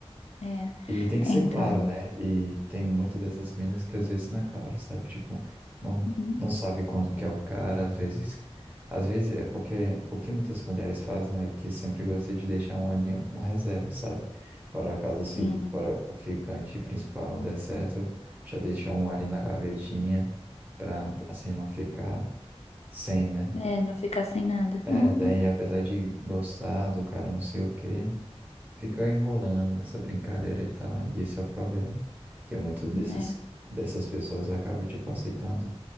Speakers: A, on the left; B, on the right.
A: É, é,
B: E tem que ser
A: então.
B: claro, né? E tem muitas dessas minas que às vezes não é claro, sabe? Tipo, não,
A: uhum,
B: não sabe quando que é o cara, às vezes. Às vezes é porque o que muitas mulheres fazem é que sempre gostam de deixar um ali um reserva, sabe? Para caso se
A: sim.
B: para o ficante principal não der certo, já deixa um ali na gavetinha pra assim não ficar sem, né?
A: É, não ficar sem nada.
B: É,
A: Uhum,
B: daí apesar de gostar do cara não sei o quê, fica enrolando nessa brincadeira e tal. E esse é o problema. Que muitos desses,
A: é.
B: dessas pessoas acabam, tipo, aceitando